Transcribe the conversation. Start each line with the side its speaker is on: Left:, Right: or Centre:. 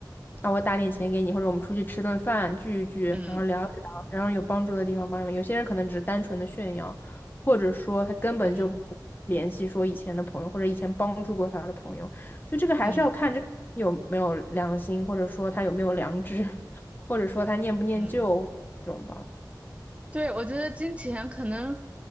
Left: 啊，我打点钱给你，或者我们出去吃顿饭聚一聚，
Right: 嗯
Left: 然后聊一聊，然后有帮助的地方帮你们。有些人可能只是单纯的炫耀，或者说他根本就不联系说以前的朋友或者以前帮助过他的朋友，
Right: 嗯
Left: 所以这个还是要看这个有没有良心，
Right: 嗯
Left: 或者说他有没有良知，<laughs> 或者说他念不念旧这种吧。
Right: 嗯，对，我觉得金钱可能